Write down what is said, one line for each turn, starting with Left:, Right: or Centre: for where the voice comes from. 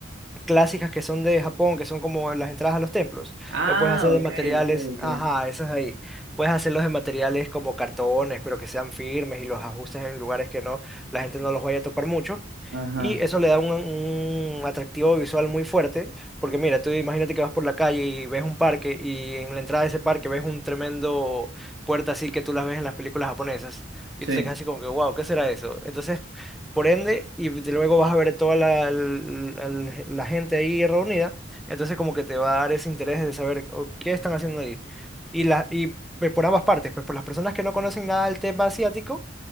Centre: clásicas que son de Japón, que son como las entradas a los templos.
Right: Ah,
Centre: Lo puedes hacer
Right: ok,
Centre: de materiales,
Right: ok, ok.
Centre: ajá, esas ahí. Puedes hacerlos de materiales como cartones, pero que sean firmes y los ajustes en lugares que no, la gente no los vaya a topar mucho.
Right: Ajá,
Centre: Y eso le da un, un atractivo visual muy fuerte, porque mira, tú imagínate que vas por la calle y ves un parque y en la entrada de ese parque ves un tremendo puerta así que tú las ves en las películas japonesas y
Right: sí,
Centre: tú te quedas así como que, wow, ¿qué será eso? Entonces por ende, y de- luego vas a ver toda la, l- l- la gente ahí reunida, entonces como que te va a dar ese interés de saber o, qué están haciendo ahí. Y, la, y pues, por ambas partes, pues por las personas que no conocen nada del tema asiático